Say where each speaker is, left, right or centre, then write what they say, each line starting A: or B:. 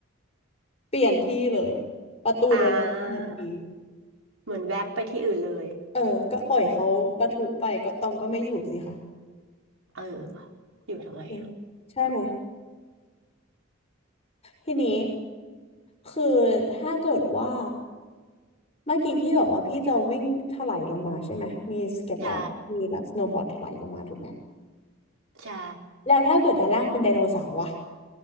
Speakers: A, on the left; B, on the right.
A: เปลี่ยนที่เลยประตูโดนล็อกทันที
B: อ่าเหมือนแวบไปที่อื่นเลย
A: เออก็ปล่อยเขาประทุไปก็ตองก็ไม่อยู่สิค่ะ
B: เอออยู่ทำไมอ่ะ
A: เออใช่ไหมทีนี้คือถ้าเกิดว่าเมื่อกี้พี่บอกว่าพี่จะวิ่งถลายลงมาใช่ไหมมีสเก็ตบอร์ดมีแบบสโนว์บอร์ดถลายลงมาถูกไหม
B: ใช่ใช่
A: แล้วถ้าเกิดด้านล่างเป็นไดโนเสาร์อะ